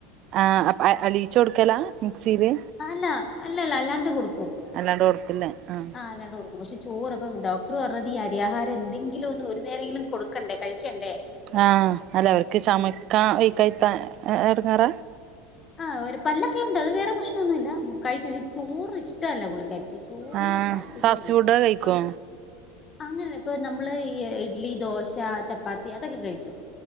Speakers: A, on the right; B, on the left.
A: ആഹ് അലിയിച്ച് കൊടുക്കലാ മിക്സിയില്?
B: അല്ല അല്ല അല്ലാണ്ട് കൊടുക്കും
A: അല്ലാണ്ട് കൊടുക്കില്ല ആഹ്
B: ആ അല്ലാണ്ട് കൊടുക്കും പക്ഷേ ചോറ് അപ്പം ഡോക്ടർ പറഞ്ഞത് ഈ അരിയാഹാരം എന്തെങ്കിലും ഒന്ന് ഒരു നേരങ്കിലും കൊടുക്കണ്ടേ കഴിക്കണ്ടേ?
A: ആഹ് അല്ല അവർക്ക് ചമക്കാ
B: ഉം.
A: വെയ് ക്കാത്ത ഇടങ്ങേറ?
B: ആഹ് ഒരു പല്ലൊക്കെ ഉണ്ട് അത് വേറെ പ്രശ്നൊന്നുല്ല കഴിക്കും പക്ഷെ ചോറ് ഇഷ്ടല്ല പുള്ളിക്കാരിക്ക് ചോറിനോട്
A: ആഹ്
B: താല്പര്യേല്ല
A: ഫാസ്റ്റ് ഫുഡ് കഴിക്കോ
B: ഇപ്പം അങ്ങനെല്ലപ്പൊ നമ്മള് ഈ ഇഡ്ലി ദോശ ചപ്പാത്തി അതൊക്കെ കഴിക്കും